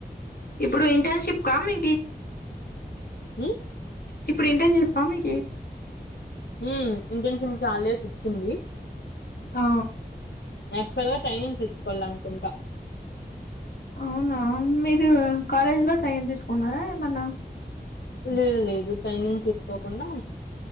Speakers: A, on the left; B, on the left.
A: ఇప్పుడు ఇంటర్న్షిప్ కా మీ
B: ఉ
A: ఇప్పుడు ఇంటర్న్షిప్పా మీకు
B: ఉ ఇంటెన్షన్కి హాలిడేస్ ఇచ్చింది
A: ఆ
B: యాక్చువల్గా టైనింగ్ తిసుకోల్లనుకుంటా
A: అవునా మీరు కాలేజ్ లో ట్రైనింగ్ తీసుకున్నారా ఏమన్నా
B: లేదు లేదు ట్రైనింగ్ తీసుకోకుండా